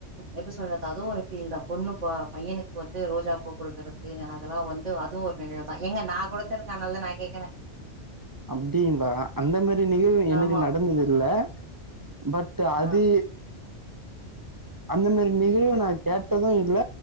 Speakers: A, on the right (about 70°); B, on the right (about 30°).
A: எப்டி சொல்லது அதுவு ஒரு ஃபீல் தா பொண்ணு போ பையனுக்கு வந்து ரோஜா பூ குடுக்குறக்கு அதெல்லா வந்து அதுவு ஒரு நிகழ் தா ஏங்க நா குடுத்தருக்கனாலதா நா கேக்குறே <inaudible>
B: அப்டிங்களா அந்த மாரி நிகழ்வு எனக்கு
A: ஆமா
B: நடந்தது இல்ல பட் டு அது
A: ஆ
B: அந்த மாரி நிகழ்வு நா கேட்டதூ இல்ல